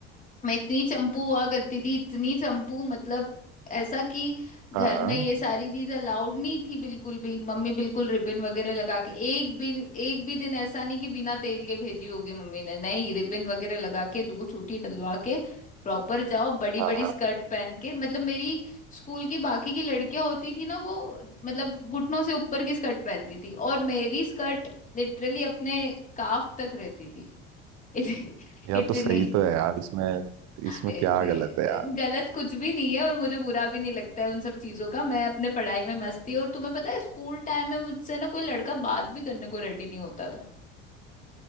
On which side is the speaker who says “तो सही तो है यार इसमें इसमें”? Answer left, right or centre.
Right